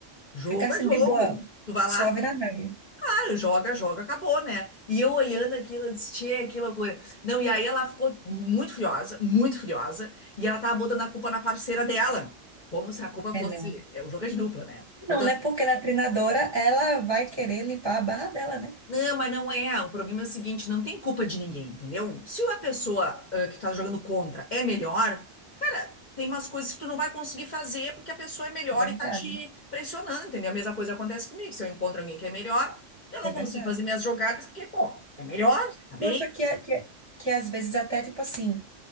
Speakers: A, on the left (about 40°); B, on the right (about 25°).
A: jogo
B: Ficasse
A: é jogo.
B: de boa,
A: Tu vai
B: suave
A: lá,
B: na neve.
A: ah, joga, joga, acabou, né? E eu olhando aquilo, eu disse, tchê, que loucura. Não, e aí ela ficou muito furiosa, muito furiosa, e ela tava botando a culpa na parceira dela, como se a culpa
B: É,
A: fosse,
B: não.
A: é, o jogo é de dupla, né? Foi
B: Não,
A: das
B: né? Porque ela é treinadora, ela vai querer limpar a barra dela, né?
A: Não, mas não é. O problema é o seguinte, não tem culpa de ninguém, entendeu? Se a pessoa ah, que tá jogando contra é melhor, cara, tem umas coisas que tu não vai conseguir fazer porque a pessoa é melhor
B: É verdade,
A: e tá te pressionando, entendeu? A mesma coisa acontece comigo. Se eu encontro alguém que é melhor, eu não
B: é
A: consigo
B: verdade.
A: fazer minhas jogadas porque, pô, é melhor, tá bem?
B: Eu acho que, é- que, é- que às vezes até tipo assim,